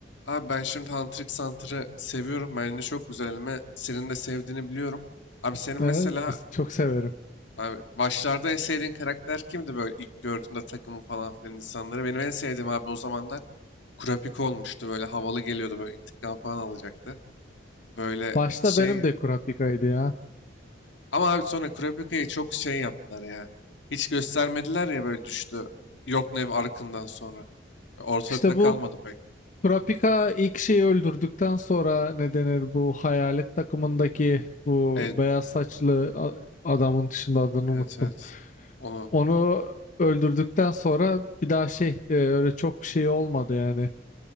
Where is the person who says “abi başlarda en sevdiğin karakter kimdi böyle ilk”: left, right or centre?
Left